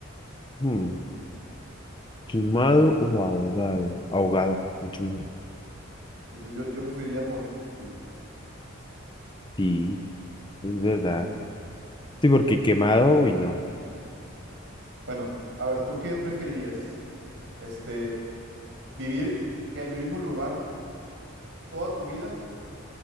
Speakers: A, on the left; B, on the right.
A: Hmm, ¿Quemado o ahogado? Ahogado, mucho mejor.
B: Entonces yo, yo preferiría morir de frío.
A: Sí. Es verdad. Sí, porque quemado, uy, no.
B: Bueno, a ver, ¿tú qué preferirías? Este, vivir en el mismo lugar toda tu vida